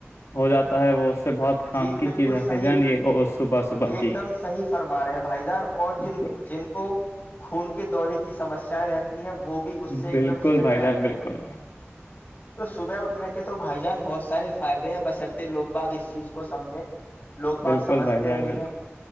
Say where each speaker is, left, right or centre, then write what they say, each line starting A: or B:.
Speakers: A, on the left; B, on the left.
A: ہو جاتا ہے وہ اس سے بہت کام
B: جی
A: کی
B: بالکل
A: چیز ہے
B: صحیح
A: بھائی جان یہ اور صبح صبح
B: ایک
A: کی
B: دم صحیح فرما رہے ہیں بھائی جان اور
A: بالکل
B: جن کو جن کو خون کے دورے کی سمسیایں رہتی ہیں وہ بھی اس سے ایک
A: بالکل
B: دم فٹ
A: بھائی
B: رہتے
A: جان بالکل
B: ہیں تو صبح اٹھنے کے تو بھائی جان بہت سارے فائدے ہیں بسرتے لوگ باغ کو سمجھے لوگ بااک
A: بالکل
B: سمجھتے
A: بھائی جان
B: نہیں
A: بالکل
B: ہے